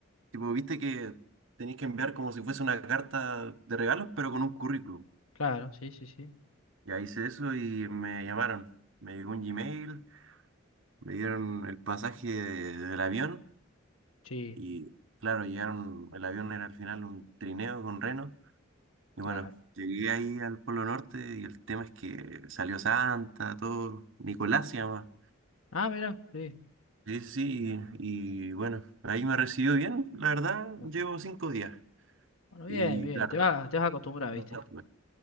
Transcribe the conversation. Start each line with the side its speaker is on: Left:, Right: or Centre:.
Right: Tipo, viste que tenéis que enviar como si fuese una carta de regalos, pero con un currículum.
Left: claro, sí, sí, sí,
Right: Ya hice eso y me llamaron. Me llegó un Gmail, me dieron el pasaje de- del avión
Left: sí,
Right: y claro, llegaron, el avión era al final un trineo con reno. Y
Left: claro.
Right: bueno, llegué ahí al Polo Norte y el tema es que salió Santa, todo, Nicolás se llama.
Left: Ah, mira, sí.
Right: Sí, sí, sí, y, y bueno, ahí me recibió bien, la verdad,
Left: bu-
Right: llevo cinco días.
Left: Bueno,
Right: Y
Left: bien, bien,
Right: claro,
Left: te vas, te vas a acostumbrar,
Right: no,
Left: ¿viste?
Right: no, bueno,